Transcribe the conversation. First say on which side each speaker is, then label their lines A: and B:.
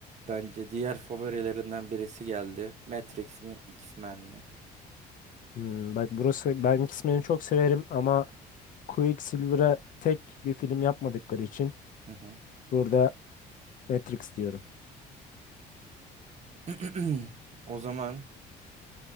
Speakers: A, on the right; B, on the left.
A: bence diğer favorilerinden birisi geldi. Matrix mi? X-Men mi?
B: Hmm, bak burası ben X-Men'i çok severim ama Quicksilver'a tek bir film yapmadıkları için
A: Hı hı.
B: burada Matrix diyorum.
A: <clears throat> O zaman